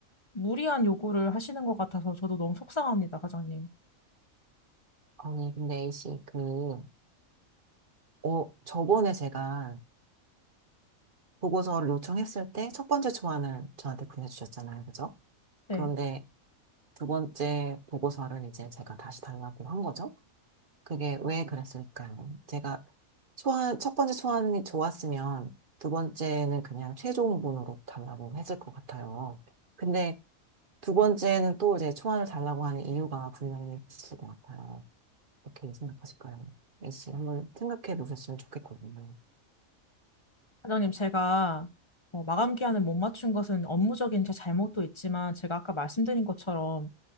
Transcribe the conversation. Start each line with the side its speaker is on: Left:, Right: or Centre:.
Left: 무리한 요구를 하시는 것 같아서 저도 너무 속상합니다, 과장님.
Right: 아니, 근데 A씨, 그, 어, 저번에 제가 보고서를 요청했을 때 첫 번째 초안을 저한테 보내주셨잖아요. 그죠?
Left: 네.
Right: 그런데 두 번째 보고서를 이제 제가 다시 달라고 한 거죠. 그게 왜 그랬을까요? 제가 소환, 첫 번째 소환이 좋았으면 두 번째는 그냥 최종본으로 달라고 했을 것 같아요. 근데 두 번째는 또 이제 소환을 달라고 하는 이유가 분명히 있을 것 같아요. 어떻게 생각하실까요? 애씨 한번 생각해 보셨으면 좋겠거든요.
Left: 사장님, 제가 어, 마감 기한을 못 맞춘 것은 업무적인 제 잘못도 있지만 제가 아까 말씀드린 것처럼